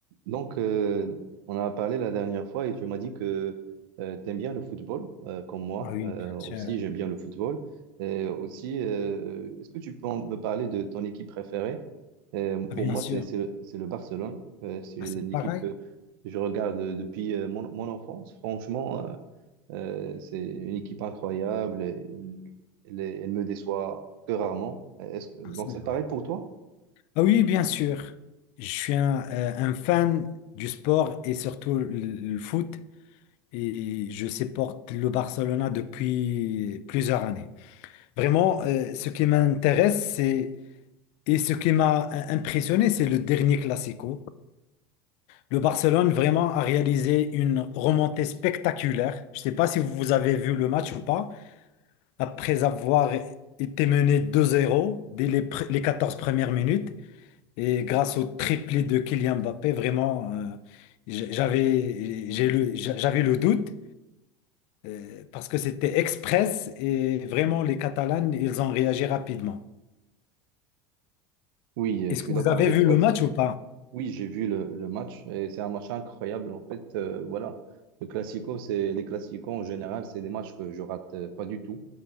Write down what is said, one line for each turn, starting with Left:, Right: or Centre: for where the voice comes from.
Right: Donc, euh, on a parlé la dernière fois et tu m'as dit que tu aimes bien le football, euh, comme moi
Left: Ah oui,
Right: euh,
Left: bien
Right: aussi,
Left: sûr.
Right: j'aime bien le football. Et aussi, euh, est-ce que tu peux en- me parler de ton équipe préférée? Euh, pour
Left: Ah, Bien
Right: moi,
Left: sûr.
Right: c'est c'est- c'est le Barcelone. Euh, c'est
Left: Ah, c'est
Right: l'équipe
Left: pareil.
Right: que je regarde depuis euh, mon, mon enfance. Franchement, euh, euh, c'est une équipe incroyable. et Elle, elle me déçoit que rarement. Est-ce que- donc,
Left: Ah, c'est
Right: c'est
Left: vrai.
Right: pareil pour toi?
Left: Ah oui, bien sûr. Je suis un, euh, un fan du sport et surtout le, le foot. Et je supporte le Barcelona depuis plusieurs années. Vraiment, euh, ce qui m'intéresse, c'est et ce qui m'a i- impressionné, c'est le dernier Classico. Le Barcelone vraiment a réalisé une remontée spectaculaire. Je ne sais pas si vous avez vu le match ou pas. après avoir été mené 2-0 dès les, pr- les 14 premières minutes. Et grâce au triplé de Kylian Mbappé, vraiment, euh, j- j'avais, j'ai le, j'a- j'avais le doute euh, parce que c'était express et vraiment, les Catalans, ils ont réagi rapidement.
Right: Oui, euh,
Left: Est-ce
Right: je suis
Left: que
Right: d'accord
Left: vous avez
Right: avec
Left: vu
Right: toi.
Left: le match
Right: C'était.
Left: ou pas?
Right: Oui, j'ai vu le, le match et c'est un match incroyable. En fait, euh, voilà, le classico, c'est les classicos en général, c'est des matchs que je rate euh, pas du tout.